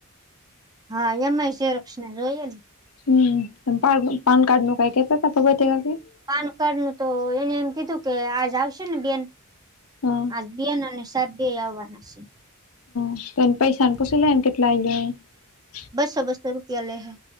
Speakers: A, on the right (about 20°); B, on the left (about 75°).
A: હા એમાંય ઝેરોક્ના ને ઈ જોઈએને
B: હમ પાન પાનકાડ નું કઈ કેતાતા <unintelligible>
A: પાનકાડ નું તો એને એમ કીધું કે આજ આવશે ને બેન
B: હા
A: આજ બેન અને સાયબ બેય આવવાના શે.
B: હ તો એને પૈસાને પુશી લેવાય ને કેટલા વાગ્યે આવે એમ.
A: બસો બસો રૂપિયા લેહે